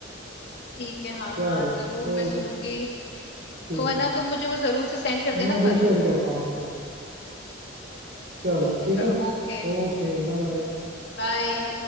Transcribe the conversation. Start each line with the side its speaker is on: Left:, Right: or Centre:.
Left: ठीक है हाँ
Right: चलो
Left: हाँ जरूर
Right: ओके
Left: मैं सुनूंगी
Right: ठीक
Left: तो है
Right: है
Left: ना तुम मुझे वो जरूर से सेंड कर
Right: मैं
Left: देना
Right: अभी
Left: पर
Right: शेयर करता हूँ आपको चलो
Left: ठीक है
Right: ठीक
Left: चलो
Right: है
Left: ओके
Right: Okay
Left: हम्म
Right: bye bye
Left: बाय